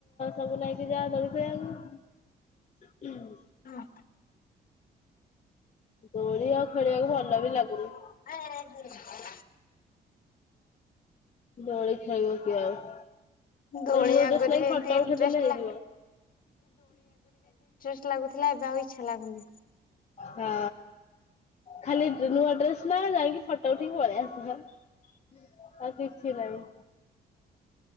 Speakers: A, on the left (about 40°); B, on the left (about 55°).
A: ସବୁ ନାଇକି ଯା ଦୋଳି ଖେଳିବାକୁ। ହୁଁ।
B: ହଁ।
A: ଦୋଳି ଆଉ ଖେଳିବାକୁ ଭଲ ବି ଲାଗୁନି।
B: <unintelligible>
A: ଦୋଳି ଖେଳିବ କିଏ ଆଉ।
B: ଦୋଳି
A: ଖାଲି ନୂଆ
B: ଆଗରୁ
A: ଡ୍ରେସ ନାଇିକି
B: ଯେମିତି
A: ଫଟୋ
B: ଇଣ୍ଟରେଷ୍ଟ
A: ଉଠେଇ ଦେଲେ ହେଇଯିବ।
B: ଲା ଆଗେ ଲାଗୁଥିଲା ଏବେ ଆଉ ଇଚ୍ଛା ଲାଗୁନି।
A: ହଁ ଖାଲି ନୂଆ ଡ୍ରେସ ନା ଯାଇକି ଫ ଟ ଉଠିକି ପଳେଇ ଆସ ଆଉ କିଛି ନାଇଁ।